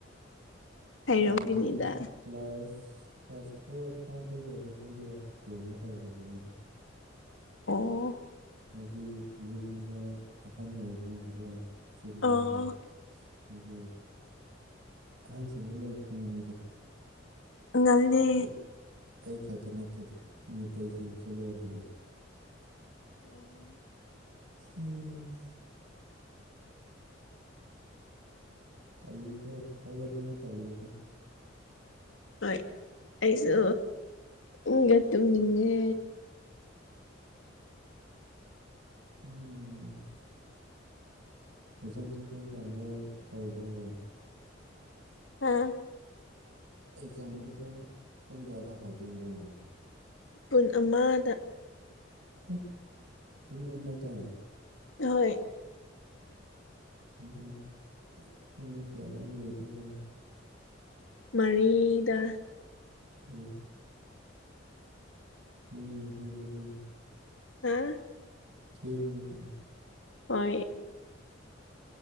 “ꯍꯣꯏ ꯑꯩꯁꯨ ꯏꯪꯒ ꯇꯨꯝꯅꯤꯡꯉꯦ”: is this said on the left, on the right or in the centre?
Left